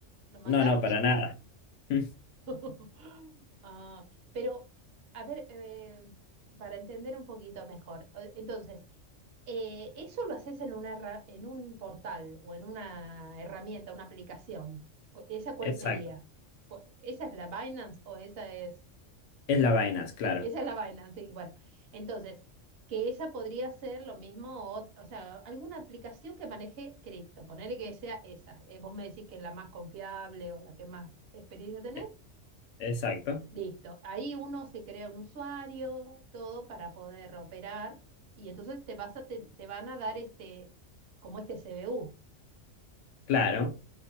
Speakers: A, on the right; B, on the left.
A: ¿lo mandaste?
B: No, no, para nada. <laughs>
A: <laughs> Ah, pero, a ver, eh, para entender un poquito mejor, eh, entonces, eh, eso lo haces en una, herra- en un portal o en una herramienta, una aplicación. Cu- ¿Esa cuál
B: Exacto.
A: sería? Cu- ¿Esa es la Binance o esa es...
B: Es la Binance, claro.
A: Esa es la vaina, sí. Bueno, entonces, que esa podría ser lo mismo, o, o sea, alguna aplicación que maneje cripto, ponele que sea esa. Eh, vos me decís que es la más confiable o la que más experiencia tenés.
B: E- Exacto,
A: Listo. Ahí uno se crea un usuario, todo para poder operar, y entonces te vas a, te, te van a dar este, como este CBU,
B: claro.